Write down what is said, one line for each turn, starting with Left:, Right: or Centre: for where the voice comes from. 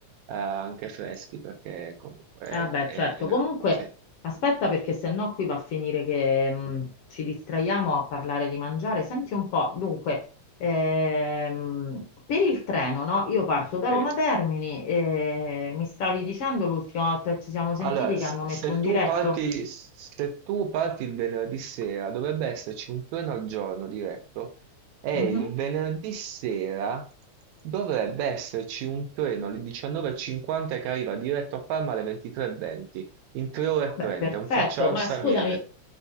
Right: eh, anche freschi, perché comunque...
Left: Eh beh,
Right: è-
Left: certo,
Right: è-
Left: comunque
Right: sì,
Left: aspetta perché sennò qui va a finire che mh, ci distraiamo a parlare di mangiare. Senti un po', dunque, ehm, per il treno, no? Io parto da Roma
Right: sì.
Left: Termini e mi stavi dicendo l'ultima volta che ci siamo sentiti
Right: Allora,
Left: che
Right: se,
Left: hanno messo
Right: se
Left: un diretto?
Right: tu parti, se tu parti il venerdì sera, dovrebbe esserci un treno al giorno diretto, e
Left: Mhm.
Right: il venerdì sera dovrebbe esserci un treno alle 19.50 che arriva diretto a Parma alle 23.20, in 3 ore e
Left: Vabbè,
Right: 30,
Left: perfetto,
Right: un Frecciarossa
Left: ma scusami,
Right: 1000.